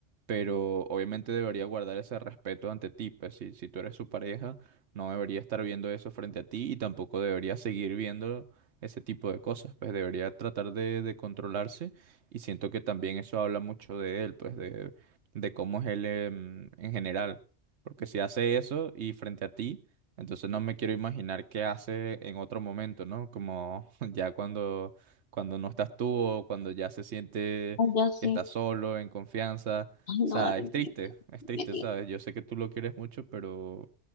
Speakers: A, on the right; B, on the left.
A: pero obviamente debería guardar ese respeto ante ti, pues si, si tú eres su pareja, no debería estar viendo eso frente a ti y tampoco debería seguir viendo ese tipo de cosas, pues debería tratar de, de controlarse. Y siento que también eso habla mucho de él, pues de, de cómo es él em, en, general. Porque si hace eso y frente a ti, entonces no me quiero imaginar qué hace en otro momento, ¿no? Como <laughs> ya cuando, cuando no estás tú o cuando ya se siente
B: Ay, ya sí.
A: que está solo, en confianza.
B: Ay, no,
A: O sea,
B: Dani.
A: es triste,
B: me-
A: es triste,
B: me- me-
A: ¿sabes? Yo sé que tú lo quieres mucho, pero